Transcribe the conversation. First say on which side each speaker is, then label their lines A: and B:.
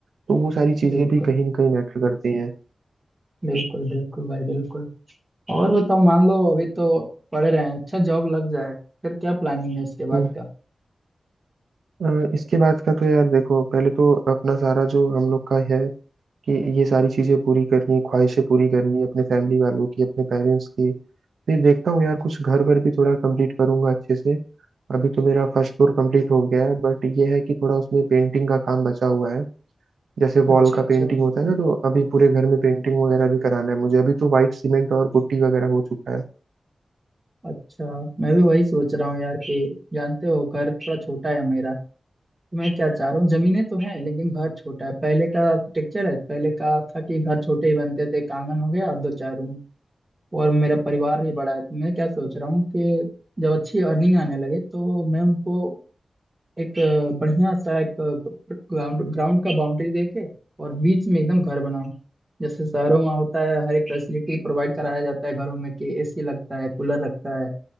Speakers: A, on the right; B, on the right.
A: तो वो सारी चीजें
B: बिल्कुल
A: भी कहीं ना कहीं मैटर करती हैं
B: बिल्कुल बिल्कुल भाई बिल्कुल और बताओ मान लो अभी तो पढ़ रहे हैं अच्छा जॉब लग जाए फिर क्या प्लानिंग है इसके बाद
A: हम्म,
B: का
A: अ, इसके बाद का तो यार देखो पहले तो अपना सारा जो हम लोग का है कि ये सारी चीजें पूरी करनी ख्वाहिशें पूरी करनी अपने फैमिली वालों की अपने पेरेंट्स की फिर देखता हूँ यार कुछ घर वर भी थोड़ा कंप्लीट करूंगा अच्छे से अभी तो मेरा फर्स्ट फ्लोर कंप्लीट हो गया है बट ये है कि थोड़ा उसमें पेंटिंग का काम बचा हुआ है जैसे
B: अच्छा
A: वॉल का
B: अच्छा
A: पेंटिंग होता है ना तो अभी पूरे घर में पेंटिंग वगैरह भी कराना है मुझे अभी तो वाइट सीमेंट और पुट्टी वगैरह हो चुका है
B: अच्छा मैं भी वही सोच रहा हूँ यार कि जानते हो घर थोड़ा छोटा है मेरा तो मैं क्या चाह रहा हूँ जमीनें तो हैं लेकिन घर छोटा है पहले का आर्किटेक्चर है पहले का था कि घर छोटे ही बनते थे एक आंगन हो गया और दो चार रूम और मेरा परिवार भी बड़ा है तो मैं क्या सोच रहा हूँ कि जब अच्छी अर्निंग आने लगे तो मैं उनको एक अ, बढ़िया सा एक ग्राउंड ग्राउंड का बाउंड्री दे के और बीच में एकदम घर बनाऊं जैसे शहरों में होता है हर एक फैसिलिटी प्रोवाइड कराया जाता है घरों में कि एसी लगता है कूलर लगता है